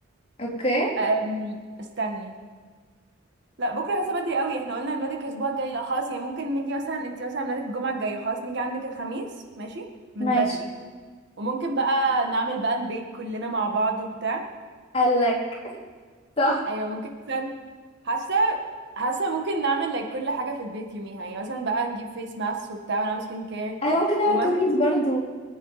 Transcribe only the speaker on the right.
أم، استني لا بكرة حاسة بدري قوي احنا قلنا ميلادك الأسبوع الجاي لا خلاص يعني ممكن نيجي مثلا انتي مثلا ميلادك الجمعة الجاية خلاص نيجي عندك الخميس ماشي من
بدري وممكن بقى نعمل بقى البيك كلنا مع بعض وبتاع
أيوة ممكن مثلا حاسة حاسة ممكن نعمل like كل حاجة في البيت يوميها يعني مثلا بقى نجيب فيس ماسك وبتاع ونعمل سكين كير
ومثلا